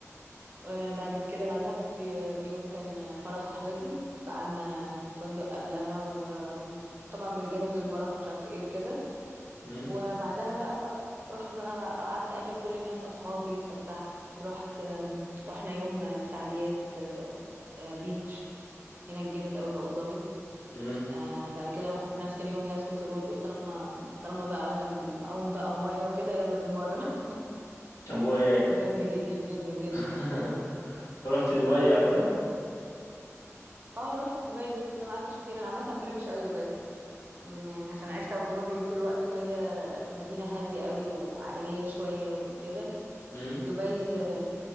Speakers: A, on the right (about 35°); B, on the left (about 70°).
A: وبعد كده بعدها بي- بيوم كان فرح صاحبتي فقعدنا في فندق قبلها وطبعا بنجهز للفرح ومش عارفه ايه وكده
B: مم.
A: وبعدها بقى رحت بقى قعدت اقابل كل الناس اصحابي واتفسحت رحت آم، رحنا يوم آه، سعديات آه، آه، بيتش هناك جامد قوي في ابو ظبي
B: مم.
A: آه بعد كده رحنا في نفس اليوم ياس ووتر وورلد قلت طالما طالما بقى قلنا بنعوم بقى وميه وكده يلا بالمره
B: طب وايه
A: <laughs> جامده جدا جدا جدا
B: <laughs> رحت دبي او كده
A: اه رحت دبي بس ما قعدتش كتير انا عامه ما بحبش قوي دبي م، يعني عشان عشت ابو ظبي طول الوقت وهي مدينه هاديه قوي وعائليه شويه وكده
B: مم.
A: دبي آه،